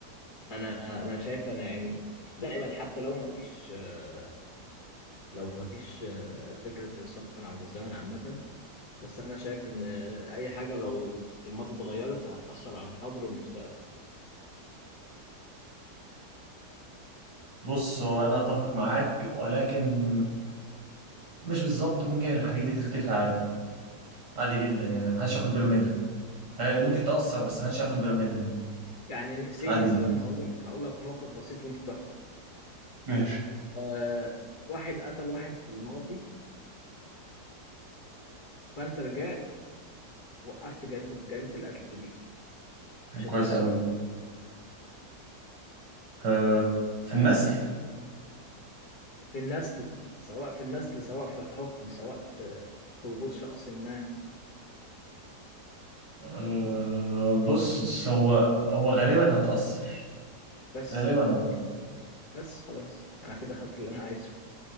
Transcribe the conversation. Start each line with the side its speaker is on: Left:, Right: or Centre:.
Left: أنا أنا شايف أنا يعني دايما حتى لو ما فيش آه، لو ما فيش آه، فكرة السفر عبر الزمن عامة بس أنا شايف إن آه، أي حاجة لو في الماضي اتغيرت هتأثر على الحاضر والمستقبل
Right: بص هو انا اتفق معاك ولكن مش بالظبط ممكن الحاجات دي تختفي عادي عادي جدا يعني محدش ياخد باله منها آه، ممكن تأثر بس أنا مش هاخد باله منها يعني.
Left: يعني سي
Right: عادي
Left: مثلا
Right: الاتنين
Left: هقول لك هقول لك موقف بسيط وأنت تحكم
Right: ماشي
Left: آه واحد قتل واحد في الماضي فانت رجعت وقفت جريمة جريمة القتل دي مش
Right: كويسة
Left: هتأثر
Right: أوي آه، في النسل
Left: في النسل سواء في النسل سواء في حكم سواء في في وجود شخص ما
Right: آه، بص هو هو غالبا هتأثر
Left: بس
Right: غالبا هتأثر
Left: يعني بس خلاص انا كده خدت اللي انا عايزه